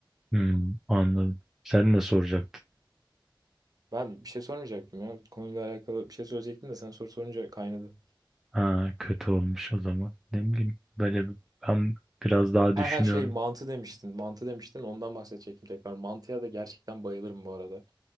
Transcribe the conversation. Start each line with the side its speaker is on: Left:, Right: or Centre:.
Centre: Hmm, anladım. Sen ne soracaktın?
Right: Ben bir şey sormayacaktım ya. Konuyla alakalı bir şey söyleyecektim de sen soru sorunca kaynadı.
Centre: Ha kötü olmuş o zaman. Ne bileyim böyle bir- ben biraz daha
Right: He
Centre: düşünüyorum.
Right: he şey mantı demiştin. Mantı demiştin. Ondan bahsedecektim tekrar. Mantıya da gerçekten bayılırım bu arada.